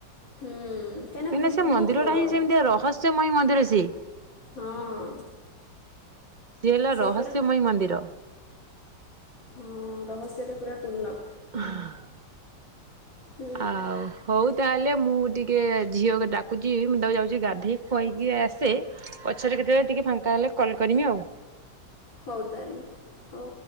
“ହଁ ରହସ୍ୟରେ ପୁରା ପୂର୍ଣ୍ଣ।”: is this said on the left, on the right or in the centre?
Left